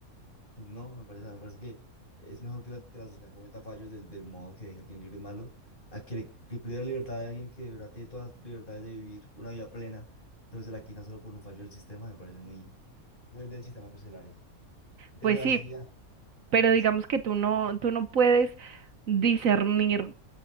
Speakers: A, on the left (about 35°); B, on the right (about 65°).
A: no, me parece, me parece que es mejor que la, que la sociedad cometa fallos del, del modo que deja a quien libre malo, a que, le- que pierda libertad de alguien que de verdad tiene todas sus libertades de vivir una vida plena, pero se la quitan solo por un fallo del sistema, me parece muy... Desde el sistema carcelario, desde
B: Pues
A: la
B: sí,
A: sociedad, hacer
B: pero
A: eso.
B: digamos que tú no, tú no puedes discernir